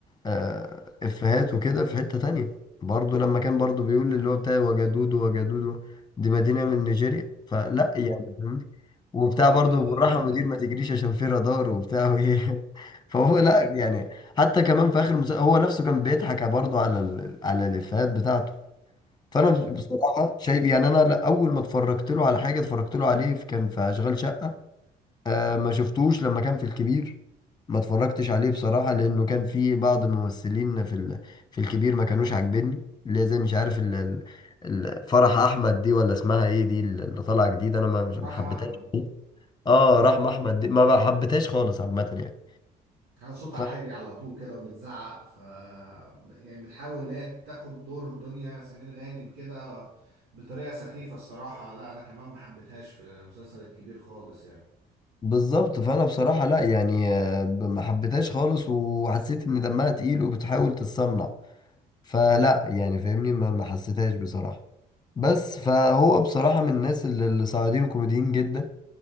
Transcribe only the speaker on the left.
آه، افيهات وكده في حتة تانية برضو لما كان برضو بيقول اللي هو بتاع وجدود وجدود دي مدينة من نيجيريا فلا يعني فاهمني وبتاع
برضو بالراحة
مدير
ما تجريش عشان في رادار وبتاع وايه <laughs> فهو لا يعني حتى كمان في آخر المسلسل هو نفسه كان بيضحك برضو على ال... على الافيهات بتاعته
فانا
بصراحة شايف يعني انا لا اول ما اتفرجت له على حاجة اتفرجت له عليه كان في اشغال شقة ما شفتوش لما كان في الكبير ما اتفرجتش عليه بصراحة لأنه كان في بعض الممثلين في ال... في الكبير ما كانوش عاجبني اللي هي زي مش عارف ال... ال... ال- فرح أحمد دي ولا اسمها إيه دي اللي طالعة جديد أنا ما مش ما
حبيتهاش
آه رحمة أحمد دي ما بقى حبيتهاش خالص عامة يعني
ف...
بالظبط فأنا بصراحة لا يعني آه، ب- ما حبيتهاش خالص وحسيت إن دمها تقيل وبتحاول تتصنع فلا يعني فاهمني ما ما حسيتهاش بصراحة بس فهو بصراحة من الناس اللي اللي صاعدين كوميديين جدا